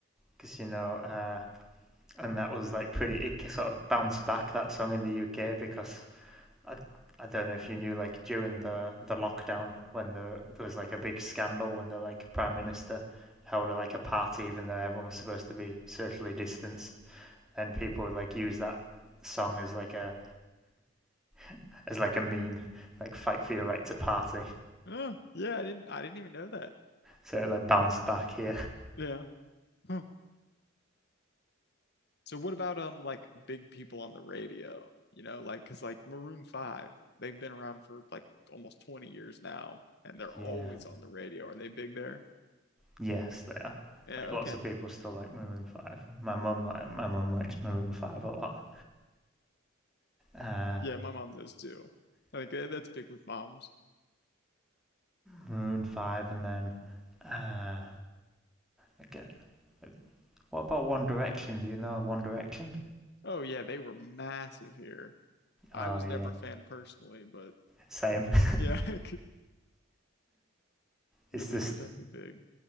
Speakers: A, in the centre; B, on the left.
A: because you you know, uh, and that was like pretty. It sort of bounced back that song in the UK because I, I don't know if you knew, like during the the lockdown when the there was like a big scandal when the like prime minister held a, like a party even though everyone was supposed to be socially distanced, then people would like use that song as like a <laughs> as like a meme, like fight for your right to party.
B: Oh, yeah, I didn't I didn't even know that.
A: So it like bounced back here.
B: Yeah. Huh. So what about um like big people on the radio? You know, like 'cause like Maroon 5, they've been around for like almost 20 years now and they're always
A: Yeah.
B: on the radio. Are they big there?
A: Yes, they are.
B: Yeah,
A: Like lots
B: okay.
A: of people still like Maroon Five. My mum like my mum likes Maroon Five a lot. Uh,
B: Yeah, my mom does too. I think that- that's big with moms.
A: Maroon Five, and then uh, like, uh, What about One Direction? Do you know One Direction?
B: Oh yeah, they were massive here. I
A: Oh
B: was
A: yeah,
B: never a fan personally, but
A: same. <laughs>
B: yeah, <laughs> yeah,
A: it's
B: they
A: just
B: were definitely big.